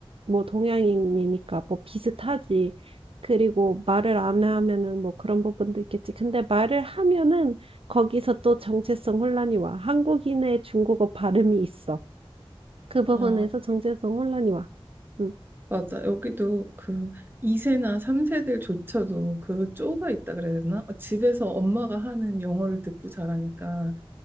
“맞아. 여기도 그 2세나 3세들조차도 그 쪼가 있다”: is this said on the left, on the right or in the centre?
Right